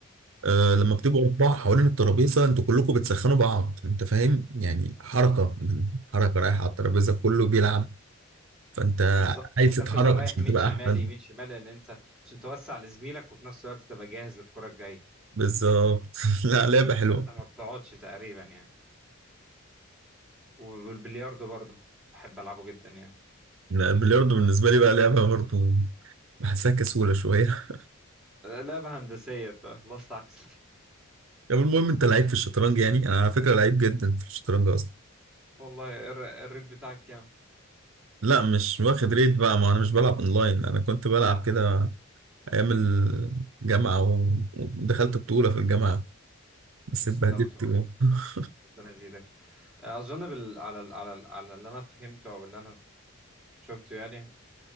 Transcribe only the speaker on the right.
أه لما بتبقوا أربعة حوالين الترابيزة أنتوا كلكم بتسخنوا بعض أنت فاهم يعني حركة حركة رايحة على الترابيزة كله بيلعب فأنت
عايز
تتحرك
عشان
تبقى
أحسن
بالظبط <laughs> لا لعبة حلوة
لا البلياردو بالنسبة لي بقى لعبة برضه بحسها كسولة شوية
طب المهم أنت لعيب في الشطرنج يعني أنا على فكرة لعيب جدا في الشطرنج أصلا
لا مش واخد ريت بقى ما انا مش بلعب اونلاين انا كنت بلعب كده ايام الجامعه و- ودخلت بطوله في الجامعه بس
اتبهدلت
جوه.
<laughs>